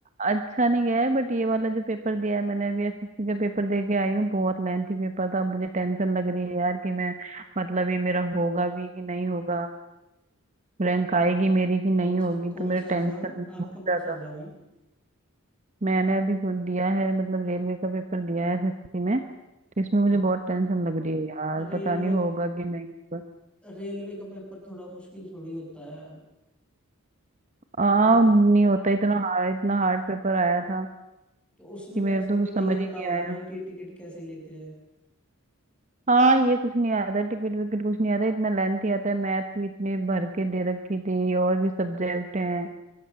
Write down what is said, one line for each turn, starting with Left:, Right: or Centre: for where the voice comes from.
Right: अच्छा नहीं गया है बट ये वाला जो पेपर दिया है मैंने अभी एसएससी का पेपर दे के आई हूँ बहुत लेंथी पेपर था अब मुझे टेंशन लग रही है यार कि मैं मतलब ये मेरा होगा भी कि नहीं होगा रैंक आएगी मेरी कि नहीं
Centre: कौन
Right: होगी
Centre: सा कौन
Right: तो मेरा
Centre: सा एग्जाम
Right: टेंशन बहुत
Centre: आपका कौन
Right: ज्यादा
Centre: सा एग्जाम है
Right: मैंने अभी कुछ दिया है मतलब रेलवे का पेपर दिया है एसएससी में तो इसमें मुझे
Centre: रे-
Right: बहुत टेंशन लग रही है यार
Centre: रेलवे
Right: पता नहीं होगा कि नहीं होगा
Centre: रेलवे का पेपर थोड़ा मुश्किल थोड़ी होता है
Right: हाँ
Centre: रे,
Right: नहीं होता इतना हार्ड इतना हार्ड पेपर आया था
Centre: तो उसमें
Right: कि
Centre: क्या
Right: मेरे
Centre: उसको
Right: तो
Centre: तो
Right: कुछ समझ
Centre: यही
Right: ही
Centre: आता
Right: नहीं
Centre: होगा
Right: आया
Centre: ना कि टिकट कैसे लेते हैं
Right: हाँ ये कुछ नहीं आता टिकट विकट कुछ नहीं आता इतना लेंथी आता है मैथ भी इतनी भर के दे रखी थी और भी सब्जेक्ट हैं